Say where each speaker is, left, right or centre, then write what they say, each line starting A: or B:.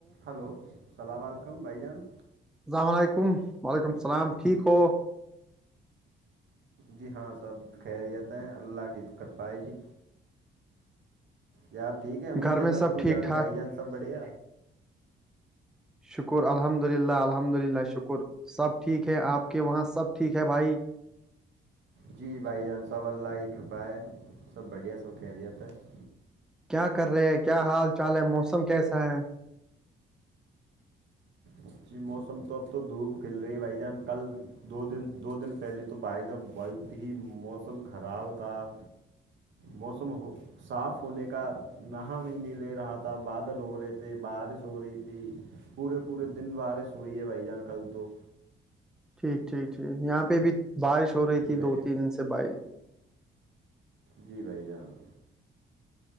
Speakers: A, on the right (about 65°); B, in the centre.
A: Hello, السلام علیکم بھائی جان-
B: السلام علیکم وعلیکم السلام ٹھیک ہو-
A: جی ہاں سب خیریتیں اللہ کی د کر پائے جی- ی آب ٹھیک ہے امی
B: گھر
A: جان
B: میں سب
A: ابو
B: ٹھیک
A: جان
B: ٹھاک
A: بھائی جان سب بڑے-
B: شکر الحمد للہ الحمد للہ شکر سب ٹھیک ہے آپ کے وہاں سب ٹھیک ہے بھائی?
A: جی بھائی جان سب اللہ کی کرپا ہے سب بڑھیا سب خیریت ہے-
B: کیا کر رہے ہیں کیا حال چال ہے موسم کیسا ہے?
A: اچی موسم تو اب تو دھوپ کھل رہی ہے بھائی جان کل دو دن- دو دن پہلے- تو بھائی جا بہت ہی موسم خراب تھا-
B: جی-
A: موسم ہو صاف ہونے کا نہا بھی نہیں لے رہا تھا بادل ہو رہے تھے بارش ہو رہی تھی- پورے پورے دن بارش ہوئی ہے بھائی جان کل تو
B: ٹھیک ٹھیک ٹھیک یہاں پہ بھی بارش ہو رہی
A: جی
B: تھی
A: بھائی
B: دو تین دن سے بھائی
A: جی بھائی جان